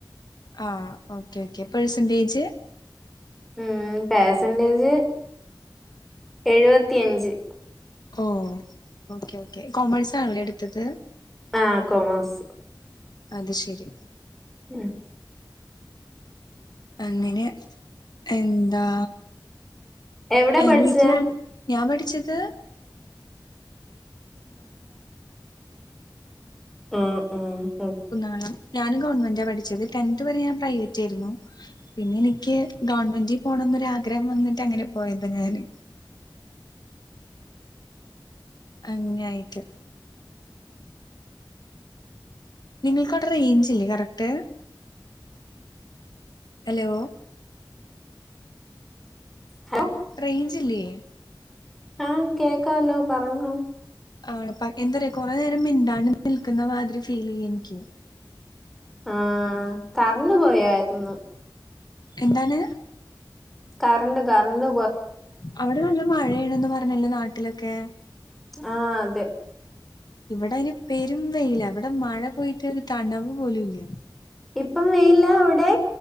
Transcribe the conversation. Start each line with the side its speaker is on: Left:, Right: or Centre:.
Left: ആ ഓക്കെഓക്കെ പെർസെന്റേജ്?
Centre: ഉം പെർസെന്റേജ് എഴുപത്തിയഞ്ച്
Left: ഓ ഓക്കേഓക്കേ കൊമേഴ്സാണോഎടുത്തത്?
Centre: ആഹ കൊമെയ്സ്
Left: അത് ശരി
Centre: ഉം
Left: അങ്ങനെ എന്താ
Centre: എവിടെ
Left: എവീട്ട
Centre: പഠിച്ചേ
Left: ഞാൻപഠിച്ചത്
Centre: മം മം
Left: കുന്നാണ് ഞാനുംഗവൺമെന്റാപഠിച്ചത് ടെൻത്ത് വരെഞാൻ പ്രൈവെറ്റെയിരുന്നു പിന്നെനിക്ക് ഗവൺമെന്റിപോണം ഒരാആഗ്രഹംവന്നിട്ട് അങ്ങനെപോയതഞാന്
Centre: <inaudible>
Left: അങ്ങയിട്ട് നിങ്ങൾക്കവിടെറേഞ്ച്ല്ലേ കറക്റ്റ്? ഹലോ
Centre: ഹലോ
Left: റെയ്ഞ്ച്ല്ലേ?
Centre: ആഹ കേക്കാലോപറങ്ങോ
Left: ആണപ്പ എന്തര കൊറെേനേരം മിണ്ടാണ്ട്നിൽക്കുന്നമാതിരി ഫീലീയ്യൻക്ക്
Centre: ആഹ തറന്നുപോയായിരുന്നു
Left: എന്താണ്?
Centre: കറണ്ട്കറണ്ട്
Left: അവിടെ നല്ലമഴയണെന്ന്പറഞ്ഞല്ലോ നാട്ടിലൊക്കെ?
Centre: ആഹ അതെ
Left: ഇവിടെയ്ന് പെരുംവെയില ഇവിടെമഴപോയിട്ട് ഒരുതണവ്പോലുംല്ല
Centre: ഇപ്പം വേല്ല അവിടെ